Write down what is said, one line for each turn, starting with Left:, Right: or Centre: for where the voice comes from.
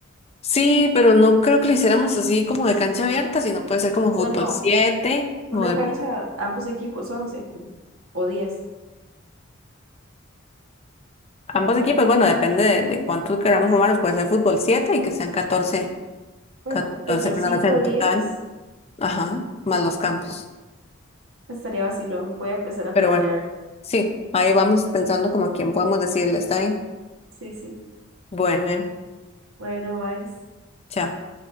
Left: Sí, pero no creo que lo hiciéramos así como de cancha abierta, sino puede ser como fútbol
Right: No, no,
Left: 7
Right: una
Left: o demás.
Right: cancha, ambos equipos, once o diez.
Left: Ambos equipos, bueno, depende de, de cuántos queramos formarnos, puede ser fútbol 7 y que sean catorce
Right: Bueno,
Left: 14
Right: fútbol
Left: personas
Right: 5
Left: en
Right: o
Left: total.
Right: 10.
Left: Ajá, más los cambios.
Right: Estaría vacilo. Voy a empezar a
Left: Pero
Right: planear.
Left: bueno, sí, ahí vamos pensando como a quién podemos decirle, está bien.
Right: Sí, sí.
Left: Bueno, Emi,
Right: Bueno, bye.
Left: chao.